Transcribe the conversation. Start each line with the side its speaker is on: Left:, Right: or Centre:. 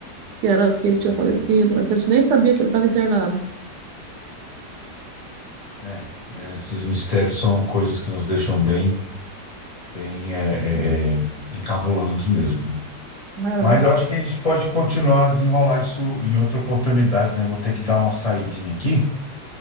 Right: que era que ele
Left: Olha
Right: tinha falecido,
Left: isso.
Right: né? Que a gente nem sabia que ele estava internado.
Left: É, é, esses mistérios são coisas que nos deixam bem, bem é, é, encabulados mesmo, né?
Right: Ai, ela
Left: Mas
Right: não.
Left: eu acho que a gente pode continuar a desenrolar isso em outra oportunidade, né? Vou ter que dar uma saidinha aqui